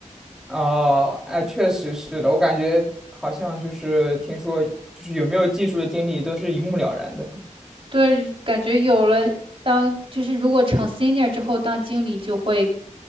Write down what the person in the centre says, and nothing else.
哦，哎，确实是的，我感觉好像就是听说，就是有没有技术的经历都是一目了然的。